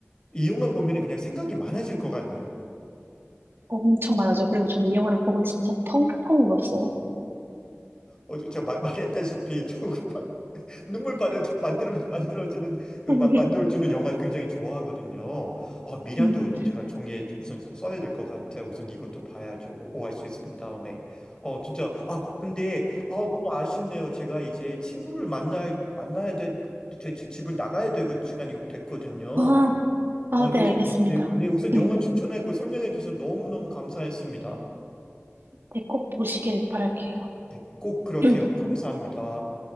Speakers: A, on the left; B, on the right.
A: 이 영화 보면 그냥 생각이 많아질 것 같네요.
B: 엄청 많아져. 그리고 저는 이 영화를 보고 진짜 펑펑 울었어요.
A: 어, 저- 제가 말, 말했다시피, <laughs> 조금 막 눈물 받아, 만들어, 만들어지는,
B: <laughs>
A: 막 만들어주는 영화 굉장히 좋아하거든요. 어, 미량도
B: 음.
A: 제가 종이에 우선 써야 될 것 같아요. 우선 이것도 봐야죠. 오- 오아시스 본 다음에. 어, 진짜, 아, 근데, 아, 너무 아쉽네요. 제가 이제 친구를 만나, 만나야 돼, 제 집- 집을 나가야 되는 시간이 됐거든요.
B: 아, 아,
A: 아, 그래서
B: 네, 알겠습니다.
A: 네, 네, 우선 영화
B: 음,
A: 추천하고 설명해 줘서 너무너무 감사했습니다.
B: 네, 꼭 보시길 바랄게요.
A: 네, 꼭 그렇게요.
B: <clears throat>
A: 감사합니다.